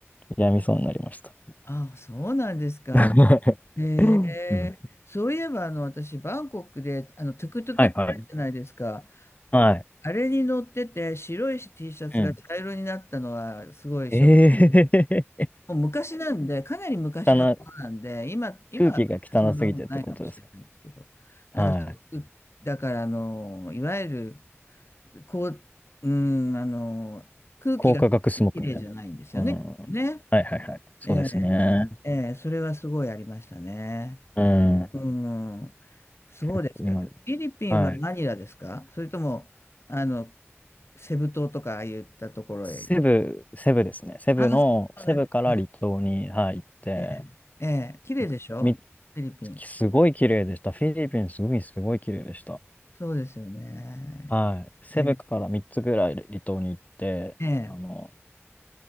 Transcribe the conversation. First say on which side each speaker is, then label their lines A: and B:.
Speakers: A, on the left; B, on the left.
A: やみそうになりました。
B: ああ、そうなんですか。
A: <laughs>
B: ええ、
A: うん
B: そういえば、あの、私、バンコクで、あの、トゥクトゥクってあるじゃないですか。
A: はいはい。はい。
B: あれに乗ってて、白い T シャツが茶色になったのは、
A: うん。
B: すごいショッ
A: ええー、
B: もう昔なんで、かなり昔のことなんで、
A: <laughs> かな、
B: 今、今は全然そんなことないかもしれないですけど、
A: 空気が汚すぎてってことですか。
B: なんか、
A: はい。
B: すごくだから、あの、いわゆる、こう、うん、あの、空気がそんなに綺麗じゃないんですよね、
A: 高化学スモッグみたいな。うん。
B: きっとね。
A: はいはいはい。そうですね。
B: ええ、ええ、それはすごいありましたね。
A: うん。
B: うん、そうですか。
A: 結構今でも、
B: フィリピンはマニラですかそれとも、
A: はい。
B: あの、セブ島とかああいったところへ。
A: セブ、セブですね。セブの、
B: あ、そうです。
A: セブから離島に、はい、行って、
B: ええ、ええ綺麗でしょフィリピン。
A: いくつかみすごい綺麗でした。フィリピン、すごい、すごい綺麗でした。
B: そうですよね。
A: はい。セブから3つぐらい離島に行って、
B: ええ、ええ、
A: あの、